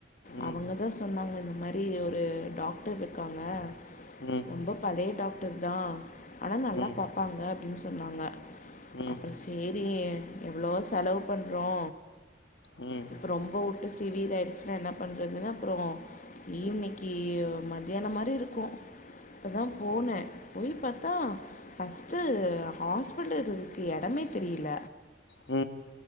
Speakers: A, on the left; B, on the left.
A: ம்
B: அவங்க தா சொன்னாங்க ஆ இந்த மாரி ஒரு டாக்டர் இருக்காங்க
A: ம்
B: ரொம்ப பழைய டாக் டர்தா ஆனா நல்லா
A: ம் ம்
B: பாப்பாங்க அப்டின்னு சொன்னாங்க
A: ம்
B: அப்பறோ செரி எவ்ளோ செலவு பண்றோ
A: ம்
B: இப்ப ரொம்ப உ சிவியர் ஆயிடுச்சுனா என்ன பண்ணுறதுனு அப்பறோ ஈவனிக்கி மத்தியானோ மாரி இருக்கோ அப்ப தா போனே போய் பாத்தா ஃபஸ்ட்டு ஹாஸ்பிட்டல் இருக்கு எடமே தெரில
A: உ